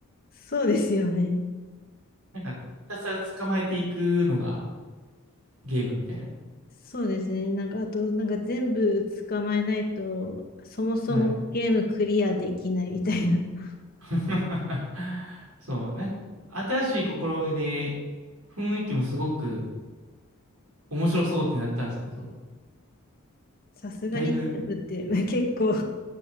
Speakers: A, on the left; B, on the right.
A: そうですよね。
B: なんか、ひたすら捕まえていくのがゲームみたいな。
A: そうですね。なんか、あと、なんか全部捕まえないと、そもそもゲームクリアできないみたいな。
B: はい。
A: <laughs>
B: <laughs> そう、なんか新しい試みで、雰囲気もすごく面白そうってなったんですけど、
A: さすがに全部ってまあ結構
B: だいぶ、